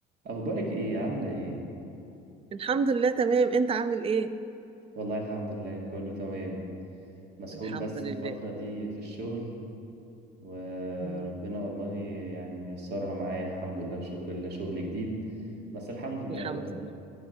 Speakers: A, on the right (about 60°); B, on the right (about 30°).
A: اخبارك ايه عامله ايه
B: الحمد لله تمام انت عامل ايه
A: والله الحمد لله كله تمام مسحول
B: الحمد
A: بس
B: لله
A: الفتره دي في الشغل وربنا
B: مم.
A: والله يعني ميسرها معايا الحمد لله وشكر لله شغل جديد بس الحمد لله
B: الحمد
A: والله
B: لله